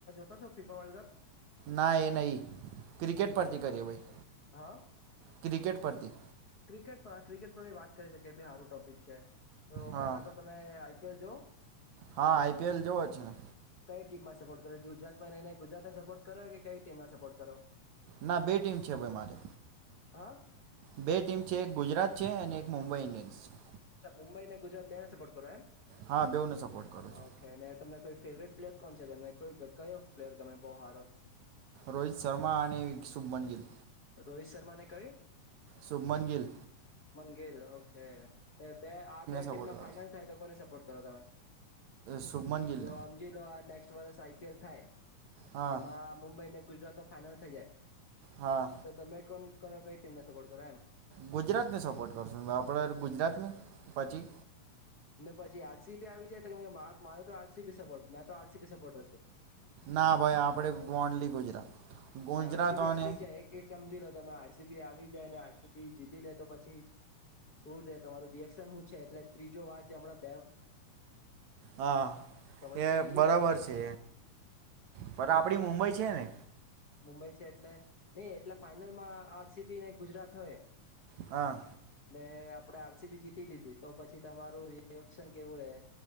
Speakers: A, on the left; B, on the right.
A: કસો ફીફા વર્લ્ડકપ?
B: ના એ નહી, ક્રિકેટ પરથી
A: નહી જોતા
B: કરીએ
A: છો.
B: ભાઈ.
A: હા?
B: ક્રિકેટ પર થી.
A: ક્રિકેટ પર, ક્રિકેટ પરી વાત કરી શકી બી સારું ટોપિક છે. તો
B: હા
A: પેલા તો તમે આઈ પી એલ જોવો.
B: હા આઈપીએલ જોવો છે ને
A: કઈ ટીમમાં સપોર્ટ કરો? ગુજરાતમાં રઈ ને ગુજરાત ના સપોર્ટ કરો, કે કઈ ટીમ ના સપોર્ટ કરો?
B: ના બે ટીમ છે ભાઈ મારે.
A: હા?
B: બે ટીમ છે. એક ગુજરાત છે અને એક મુંબઈ ઇન્ડિયન્સ છે.
A: મુંબઈને, ગુજરાત બેને સપર્ટ કરો એમ?
B: હા બેઉને સપોર્ટ કરું છું.
A: ઓકે ને તમને કોઈ ફેવરેટ પ્લેયર કોણ છે? તને કો કયો પ્લેયર ગમે બોહ હારો?
B: રોહિત શર્મા અને, શુભમન ગીલ.
A: રોહિત શર્માને કય્યું?
B: સુભમનગિલ
A: ગિલ ઓહ છે બે આ બે ટીમ
B: સપોર્ટ
A: ના
B: કરો
A: ફાઈનલ થાય તો કોને સપ્પ પટ કરો તમે.
B: શુભમન ગીલ.
A: જો સમજી લો આ નેક્સ્ટ વર્ષ આઈપીએલ થાય.
B: હા
A: એમાં મુંબઈને ગુજરાત ફાઈનલ થઈ જાય.
B: હા
A: તો તમે કોણ તમે કઈ ટીમ ને સપોર્ટ કરો એમ.
B: ગુજરાત ને સપોર્ટ કરશો આપડ ગુજરાત ને પછી
A: ને પછી આરસીબી આવી જાય તો મા મારો તો આરસીબી સપોર્ટ મેં તો આરસીબી સપોર્ટર છું.
B: ના ભાઈ આપડે only Gujarat Gujarat
A: RC B
B: અને
A: આવી જાય એક એક સમજી લો. તમે આરસીબી આવી જાય ને આરસીબી જીતી લે તો પછી દૂર જ તમારું રિએક્શન શું છે એટલે ત્રીજો વાર જે હમણા.
B: હા
A: તો હમણાં
B: એ
A: ત્રીજી
B: બરાબર
A: વાર
B: છે પણ
A: ત્રીજી
B: આપડી
A: વાર
B: મુંબઈ છે ને.
A: મુંબઈ છે એટલે નઈ એટલે ફાઈનલમાં આરસીબી ને ગુજરાત હવે
B: હા.
A: આપડે આરસીબી જીતી લીધી તો પછી તમારું રિએક્શન કેવું રે